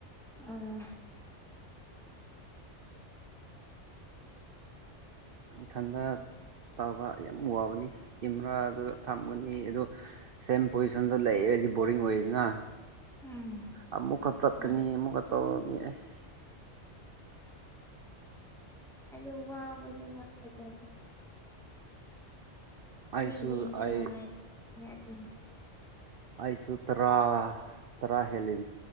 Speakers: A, in the centre; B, on the right.
A: ꯑꯥ
B: ꯊꯥꯟꯗ ꯇꯥꯎꯕ ꯌꯥꯝ ꯋꯥꯕꯅꯤ ꯀꯦꯃꯦꯔꯥꯗꯨꯗ ꯊꯝꯒꯅꯤ ꯑꯗꯨ ꯁꯦꯝ ꯄꯣꯖꯤꯁꯟꯗ ꯂꯩ ꯗꯤ ꯕꯣꯔꯤꯡ ꯑꯣꯏꯅ
A: ꯎꯝ
B: ꯑꯃꯨꯛꯀ ꯆꯠꯀꯅꯤ
A: ꯍꯣꯏ
B: ꯑꯃꯨꯛꯀ ꯇꯧꯔꯅꯤ ꯑꯁ
A: ꯑ ꯋꯥꯕꯅ ꯐꯖ
B: ꯑꯩꯁꯨ
A: ꯃꯤ ꯌꯦꯡꯕ
B: ꯑꯩ
A: ꯅꯨꯡꯉꯥꯏꯗꯦꯅꯤꯅꯦ ꯑꯗꯨꯅ
B: ꯑꯩꯁꯨꯊꯔꯥ ꯇꯔꯥ ꯍꯦꯜꯜꯂꯤ